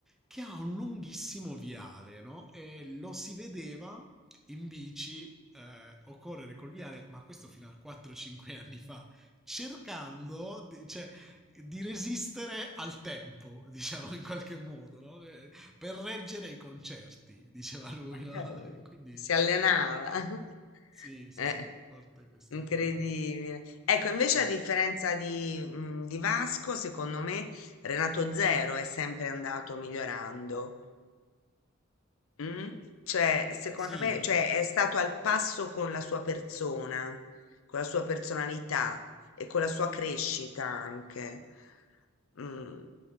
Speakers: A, in the centre; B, on the left (about 80°).
A: che ha un lunghissimo viale, no? E lo si vedeva in bici eh, o correre col viale, ma questo fino a 4-5 anni fa, cercando di, cioè, di resistere al tempo, <laughs> diciamo in qualche modo, no? Eh, per reggere i concerti, <laughs> diceva lui, no?
B: Eh,
A: <laughs> E quindi
B: Si allenava.
A: oh,
B: <laughs>
A: sì, sì,
B: Eh.
A: sì, forte questa
B: Incredibile.
A: cosa.
B: Ecco, invece
A: Ah,
B: a differenza di, mm, di Vasco, secondo me Renato Zero è sempre andato migliorando. Mm? Cioè, secondo
A: sì,
B: me, cioè, è stato al passo con la sua persona, con la sua personalità e con la sua crescita anche. Mm,